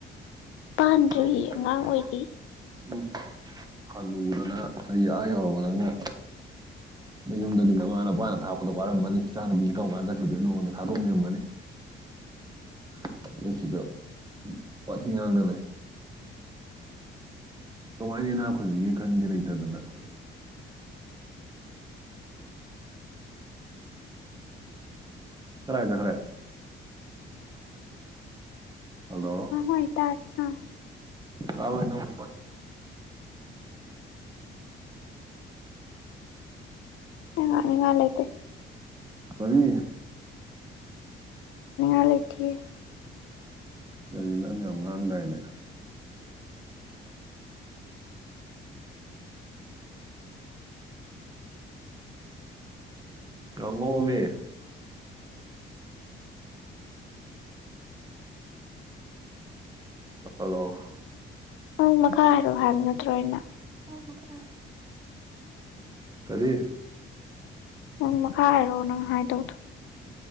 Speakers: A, on the left (about 80°); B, on the right (about 20°).
A: ꯄꯥꯟꯗ꯭ꯔꯤ
B: <unintelligible>
A: ꯑꯉꯥꯡ ꯑꯣꯏꯔꯤ
B: ꯎꯝ ꯍꯅꯨꯗꯅ ꯆꯍꯤ ꯑꯥ ꯌꯧꯔꯕ ꯅꯪꯅ ꯫ ꯌꯨꯝꯗꯗꯤ ꯃꯃꯥ ꯅꯄꯥꯅ ꯊꯥꯛꯄꯗ ꯋꯥꯔꯃꯅꯤ ꯏꯆꯥꯅ ꯅꯨꯄꯤꯁ ꯀꯔꯝ ꯀꯥꯟ ꯆꯠꯈꯤꯗꯣꯏꯅꯣꯉꯣꯟꯗ ꯊꯥꯗꯣꯛꯅꯤꯡꯔꯝꯃꯅꯤ ꯫ ꯑꯗꯨꯒ ꯁꯤꯗ ꯋꯥꯊꯤ ꯉꯥꯡꯗꯅ ꯂꯩ ꯫ ꯀꯃꯥꯏꯅ ꯏꯅꯥ ꯈꯨꯁꯤꯒꯤ ꯈꯟꯒꯦ ꯂꯩꯇꯗꯅ ꯫ ꯀꯔꯥꯏꯆꯠꯈ꯭ꯔꯦ꯫ ꯍꯜꯂꯣ
A: ꯍꯣꯏ ꯇꯥꯏ ꯎꯝ
B: <unintelligible> ꯋꯥꯔꯦ
A: ꯑꯩ ꯉꯥꯡꯅꯤꯡꯉꯥꯏ ꯂꯩꯇꯦ
B: ꯀꯔꯤ <unintelligible>
A: ꯂꯩꯊꯦ꯫
B: ꯀꯔꯤ ꯅꯪ ꯌꯥꯝ ꯉꯥꯡꯗꯥꯏꯅꯦ ꯫ ꯉꯥꯡꯉꯛꯑꯣꯃꯤ꯫ ꯍꯜꯂꯣ
A: ꯄꯃꯈꯥ ꯍꯥꯏꯔꯣ ꯍꯥꯏꯕ ꯅꯠꯇ꯭ꯔꯣ ꯑꯩꯅ
B: ꯑꯣ ꯃꯈꯥ ꯀꯔꯤ
A: ꯅꯪ ꯃꯈꯥ ꯍꯥꯏꯔꯣ ꯅꯪ ꯍꯥꯏꯗꯣ